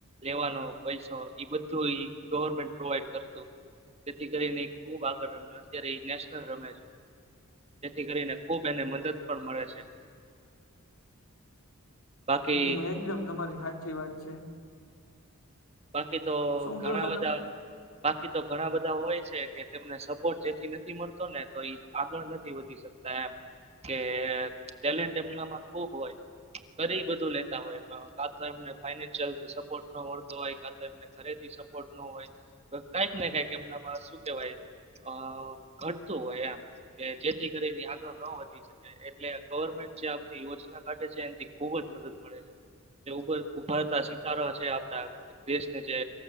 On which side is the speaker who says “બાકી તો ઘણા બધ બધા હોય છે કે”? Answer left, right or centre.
Right